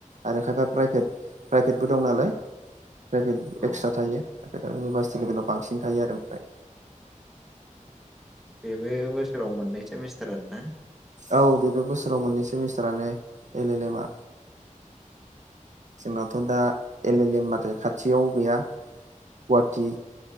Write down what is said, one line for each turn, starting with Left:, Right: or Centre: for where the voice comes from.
Right: आरो खायफा प्राइभेट प्राइभेटबो दं नालाय। प्राइभेट
Centre: औ
Right: एक्सट्रा थायो। ओ इउनिभारसिटि लेभेलाव बांसिन थायो आरो ओमफ्राय।
Centre: बेबो बोसोराव मोननै सेमिस्टारानो ना?
Right: औ बेबो बोसोराव मोननै सेमिस्टारानो एल एल एम आ। जोंनावथ दा एल एल एम माथ खाथियावबो गैया गुवाहाटि